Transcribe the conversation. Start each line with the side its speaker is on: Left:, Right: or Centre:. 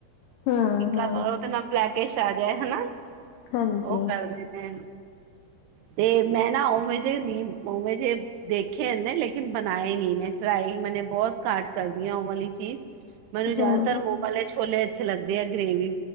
Left: ਹਮ
Right: ਕੇ
Left: ਹਮ
Right: ਉਹਦੇ ਨਾਲ ਲੈ ਕੇ ਛਾ ਜਾਏ ਹਨਾ
Left: ਹਾਂਜੀ
Right: ਉਹ ਕਰਦੇ ਨੇ ਤੇ ਮੈਂ ਨਾ ਉਹਵੇਂ ਜਿਹੇ ਨੀ ਉਹਵੇਂ ਜਿਹੇ ਦੇਖੇ ਇੰਨੇ ਲੇਕਿਨ ਬਣਾਏ ਨੀ ਨੇ ਟਰਾਈ ਮੈਨੇ ਬਹੁਤ ਘਾਟ ਕਰਦੀ ਆ ਉਹ ਵਾਲੀ ਚੀਜ਼ ਮੈਨੂੰ ਜ਼ਿਆਦਾਤਰ
Left: ਹਮ ਹਮ
Right: ਉਹ ਵਾਲੇ ਛੋਲੇ ਅੱਛੇ ਲੱਗਦੇ ਆ ਗ੍ਰੇਵੀ